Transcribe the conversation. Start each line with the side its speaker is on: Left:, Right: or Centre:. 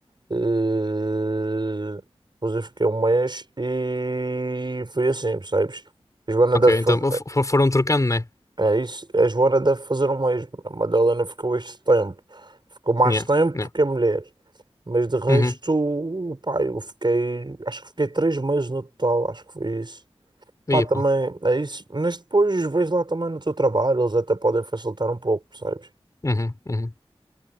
Right: eh, depois eu fiquei um mês e foi assim, percebes? A Joana
Left: Ok,
Right: deve, faz-
Left: então fo- fo- foram trocando, né?
Right: é isso, a Joana deve fazer o mesmo. A Madalena ficou este tempo. Ficou mais
Left: Yeah,
Right: tempo
Left: yeah.
Right: porque é mulher. Mas de resto,
Left: Uhum.
Right: pá, eu fiquei. Acho que fiquei três meses no total, acho que foi isso.
Left: Aí,
Right: Pá, também
Left: pá.
Right: é isso. Mas depois vejo lá também no teu trabalho, eles até podem facilitar um pouco, percebes?
Left: Uhum, uhum.